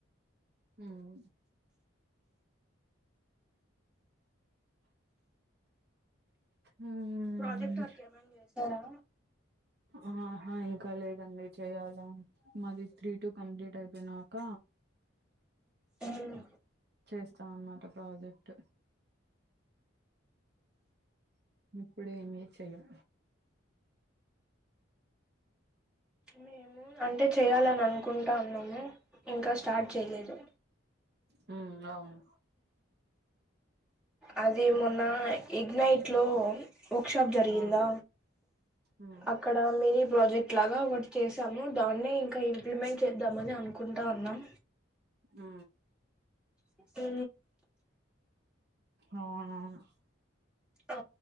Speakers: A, on the right; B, in the centre.
A: మ్మ్ ఉమ్,
B: ప్రాజెక్ట్ వర్క్ ఏమన్నా చేసారా
A: ఆహా ఇంకా లేదండి చెయాలా మాది త్రీ టు కంప్లీట్ అయిపోయినాక
B: హుమ్
A: చేస్తాం అనమాట ప్రాజెక్ట్ ఇప్పుడే ఏమీ చేయం
B: మేము అంటే చేయాలని అనుకుంటాన్నాము ఇంకా స్టార్ట్ చేయలేదు
A: హుమ్ అవును
B: అది మొన్న ఇగ్నైట్ ట్లో వర్క్ షాప్ జరిగిందా
A: ఆ ఉమ్
B: అక్కడ మిని ప్రాజెక్ట్ లాగా ఒకటి చేసాము దాన్నే ఇంకా ఇంప్లిమెంట్ చేద్దామని అనుకుంటా ఉన్నాం
A: ఊ
B: ఊ
A: అవునవును
B: ఆ